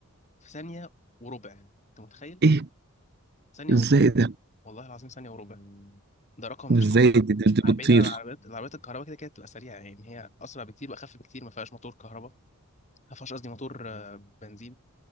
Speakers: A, on the left; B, on the right.
A: في ثانية وربع أنت متخيل؟
B: إيه
A: ثانية
B: إزاي
A: وربع
B: ده
A: والله العظيم ثانية وربع ده رقم
B: إزاي
A: مش طبيعي
B: دي, دي, دي بتطير
A: بعيدا عن العربيات العربيات الكهرباء كده كده بتبقى سريعه يعني هي اسرع بكتير واخف بكتير ما فيهاش موتور كهرباء ما فيهاش قصدي موتور آه، بنزين